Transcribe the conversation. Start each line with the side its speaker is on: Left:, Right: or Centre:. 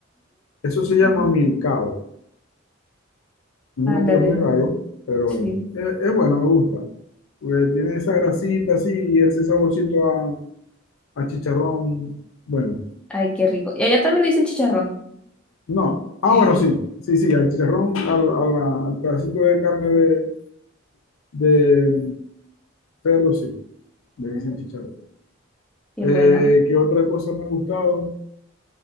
Left: Eso se llama
Centre: Mm,
Left: milcao. Un
Centre: Ándale,
Left: nombre muy raro, pero
Centre: sí.
Left: bueno. Es, es bueno, me gusta. Porque tiene esa grasita así y ese saborcito a, a chicharrón. Bueno,
Centre: Ay, qué rico. Y allá también le dicen chicharrón.
Left: no. Ah,
Centre: <laughs>
Left: bueno, sí. Sí, sí, al chicharrón, al, a la- al pedacito de carne de, de perro, sí. Le
Centre: Mm,
Left: dicen chicharrón.
Centre: Qué
Left: Eh,
Centre: bueno,
Left: ¿qué otra cosa me ha gustado?